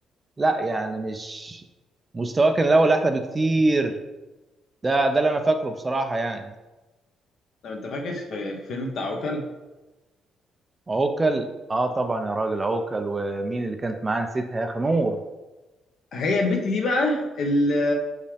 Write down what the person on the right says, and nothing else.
لا يعني مش مستواه كان الاول احلى بكتير ده ده اللي انا فاكره بصراحة يعني
عوكل اه طبعا يا راجل عوكل ومين اللي كانت معاه نسيتها يا اخي نور